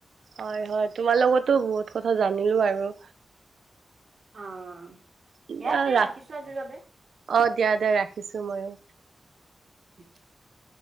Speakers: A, on the right (about 85°); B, on the right (about 55°).
A: হয়, হয়, তোমাৰ লগতো বহুত কথা জানিলোঁ আৰু।
B: অ', ইয়াতে
A: আৰু
B: ৰাখিছোঁ আজিৰ বাবে।
A: অ', দিয়া, দিয়া ৰাখিছোঁ ময়ো।
B: <inaudible>